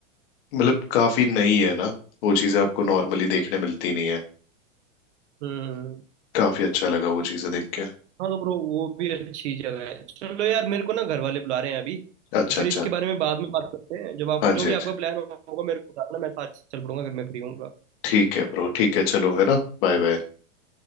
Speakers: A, on the left; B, on the right.
A: मतलब काफी नई है ना वो चीजें आपको नॉर्मली देखने मिलती नहीं है
B: हम्म
A: काफी अच्छा लगा वो चीजें देख के
B: हाँ तो ब्रो वो भी अच्छी जगह है चलो यार मेरे को ना घर वाले बुला रहे हैं अभी
A: अच्छा
B: तो फिर
A: अच्छा
B: इसके बारे में बाद में बात करते हैं जब आपको
A: हाँ
B: जो
A: जी हाँ
B: भी
A: जी
B: आपका प्लान होगा मेरे को बताना मैं साथ चल पड़ूंगा अगर मैं फ्री होऊंगा
A: ठीक है ब्रो ठीक है चलो है ना बाय बाय